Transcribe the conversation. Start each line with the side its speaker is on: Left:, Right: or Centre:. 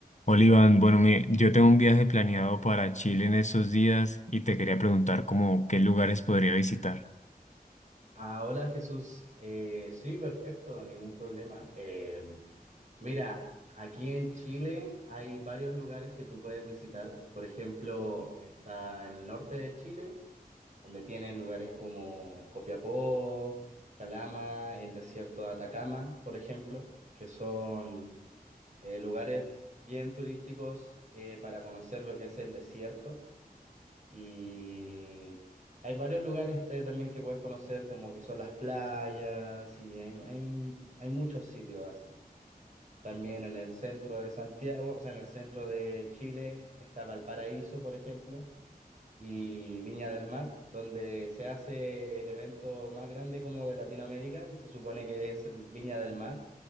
Left: Hola bueno, mi- yo tengo un viaje planeado para Chile en estos días y te quería preguntar como qué lugares podría visitar.
Right: Ah, hola Jesús. Eh, sí, perfecto, ningún problema. Eh, mira, aquí en Chile hay varios lugares que tú puedes visitar. Por ejemplo, está en el norte de Chile, donde tienes lugares como Copiapó, Calama, el desierto de Atacama, por ejemplo, que son eh, lugares bien turísticos eh, para conocer lo que es el desierto. Y hay varios lugares eh, también que puedes conocer, como que son las playas, y hay, hay, hay muchos sitios así. También en el centro de Santiago, o sea, en el centro de Chile, está Valparaíso, por ejemplo, y Viña del Mar, donde se hace el evento más grande como de Latinoamérica, que se supone que es el Viña del Mar,